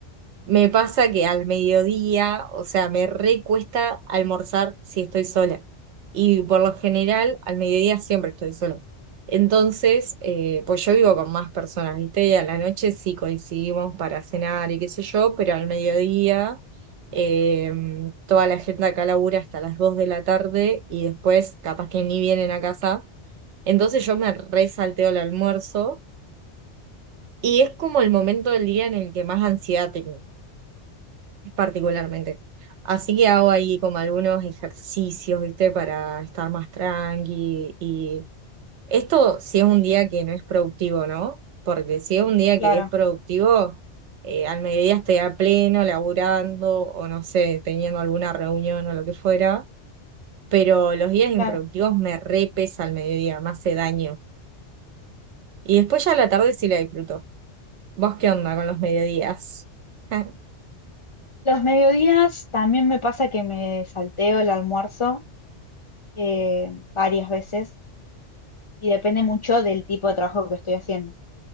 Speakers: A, on the right; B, on the left.
A: Me pasa que al mediodía, o sea, me recuesta almorzar si estoy sola. Y por lo general, al mediodía siempre estoy sola. Entonces, eh, pues yo vivo con más personas, ¿viste? Y a la noche sí coincidimos para cenar y qué sé yo, pero al mediodía eh, toda la gente acá labura hasta las 2 de la tarde y después capaz que ni vienen a casa. Entonces yo me resalteo el almuerzo y es como el momento del día en el que más ansiedad tengo particularmente. Así que hago ahí como algunos ejercicios, ¿viste? Para estar más tranqui. Y esto si es un día que no es productivo, ¿no? Porque si es un día
B: claro,
A: que es productivo, eh, al mediodía estoy a pleno, laburando o no sé, teniendo alguna reunión o lo que fuera. Pero los días improductivos
B: claro.
A: me repesa al mediodía, me hace daño. Y después ya a la tarde sí la disfruto. ¿Vos qué onda con los mediodías? <laughs>
B: Los mediodías también me pasa que me salteo el almuerzo eh, varias veces y depende mucho del tipo de trabajo que estoy haciendo.